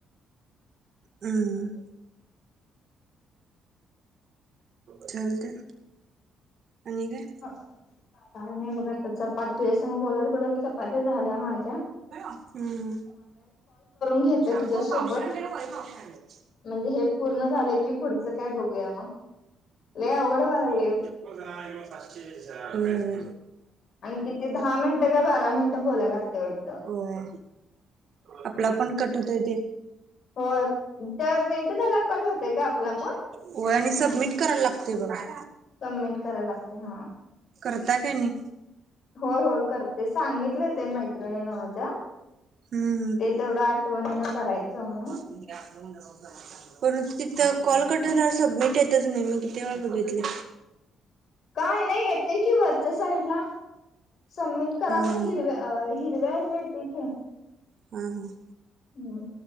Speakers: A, on the right; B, on the left.
A: हम्म. चालतंय आणि काय?
B: काय नाही बघा आता चपाती तुझ्या संग बोलत बोलत चपात्या झाल्या माझ्या. हो
A: हम्म
B: घेते
A: शाबू
B: तुझ्यासोबत
A: पावशर आणल्यालं वरी पावशर आणल्यालं.
B: म्हणजे हे पूर्ण झालं की पुढचं काय बघूया मग लैई अवघड व्हाय लागलंय.
A: व्हय व्हय.
B: आणि किती दहा मिनटं काय बारा मिनटं बोलाय लागतंय वाट
A: होय आपलं आपण कट होतंय तेे.
B: हो त्या मिनटं झाल्यावर कट होतंय का आपला आपुण?
A: वय आणि सबमिट करायला लागतोय बघा.
B: सबमिट करायला लागतंय हा.
A: करताय काय नाही?
B: होय होय करते सांगितलंय त्यानी मैत्रिणीनं माझ्या.
A: हम्म हम्म.
B: ते तेवढं आठवणीनं करायचं म्हणून.
A: <unintelligible> परंतु तिथं कॉल कट झाल्यावर सबमिट येतंच नाही मी किती वेळा बघितले.
B: काय नाही येतंय कि वरच्या साईडला सबमिट करा
A: हम्म
B: म्हणून
A: हम्म
B: हिरव्या अं हिरव्या असं येतंय की
A: हं हं
B: हम्